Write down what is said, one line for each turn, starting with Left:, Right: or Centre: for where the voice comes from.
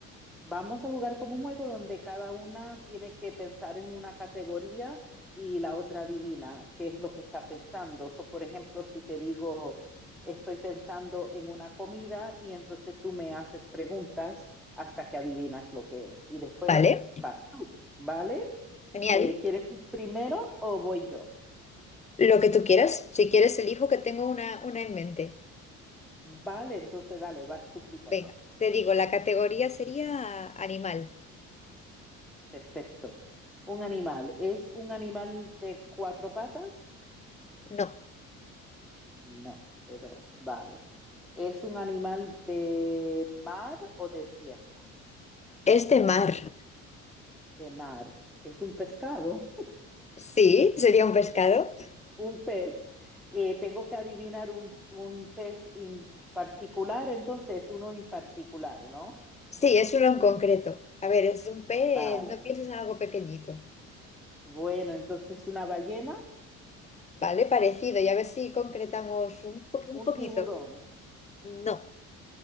Centre: Vamos a jugar como un juego donde cada una tiene que pensar en una categoría y la otra adivina qué es lo que está pensando. So, por ejemplo, si te digo, estoy pensando en una comida y entonces tú me haces preguntas hasta que adivinas lo que es y después
Left: Vale,
Centre: vas tú, ¿vale?
Left: genial.
Centre: Eh, ¿quieres ir primero o voy yo?
Left: Lo que tú quieras, si quieres elijo que tengo una, una en mente.
Centre: Vale, entonces dale, vas tú primero.
Left: Venga, te digo, la categoría sería animal.
Centre: Perfecto. Un animal. ¿Es un animal de cuatro patas?
Left: No,
Centre: No, de dos. Vale. ¿Es un animal de mar o de tierra?
Left: es de mar.
Centre: De mar. ¿Es un pescado?
Left: Sí, sería un pescado.
Centre: <laughs> Un pez. Eh, tengo que adivinar un, un pez en particular, entonces uno en particular, ¿no?
Left: Sí, es uno en concreto. A ver, es un pez,
Centre: Vale.
Left: no pienses en algo pequeñito,
Centre: Bueno, entonces una ballena,
Left: ¿vale? Parecido, y a ver si concretamos un po- un
Centre: un
Left: poquito.
Centre: tiburón.
Left: No,